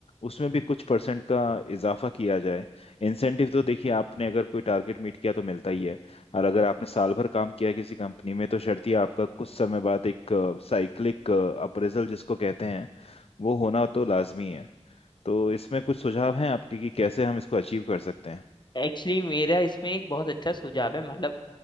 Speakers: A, on the left; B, on the left.
A: उसमें भी कुछ परसेंट का इजाफा किया जाए इंसेंटिव तो देखिए आपने अगर कोई टारगेट मीट किया तो मिलता ही है और अगर आपने साल भर काम किया किसी कंपनी में तो शर्त आपका कुछ समय बाद एक साइक्लिक अप्रेजल जिसको कहते हैं वो होना तो लाजमी है तो इसमें कुछ सुझाव हैं आपके कि कैसे हम इसको अचीव कर सकते हैं
B: एक्चुअली मेरा इसमें एक बहुत अच्छा सुझाव है मतलब